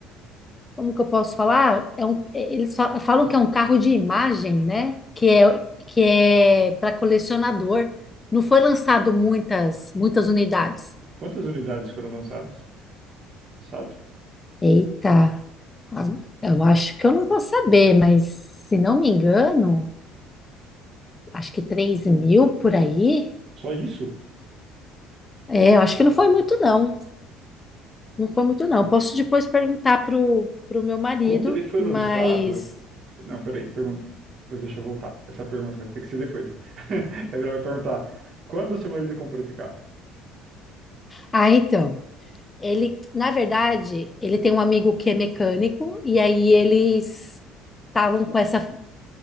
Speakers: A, on the left; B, on the right.
A: como que eu posso falar? É um, é- eles fa- falam que é um carro de imagem, né? Que é, que é para colecionador. Não foi lançado muitas, muitas unidades.
B: Quantas unidades foram lançadas? Sabe?
A: Eita, a- eu acho que eu não vou saber, mas se não me engano, acho que três mil por aí.
B: Só isso?
A: É, eu acho que não foi muito, não. Não foi muito, não. Posso depois perguntar pro, pro meu marido,
B: Quando ele foi
A: mas.
B: lançado. Não, peraí, pergun... deixa eu voltar. Essa pergunta vai ter que ser depois. <laughs> É melhor eu perguntar: quando seu marido comprou esse carro?
A: Ah, então. Ele, na verdade, ele tem um amigo que é mecânico e aí eles estavam com essa,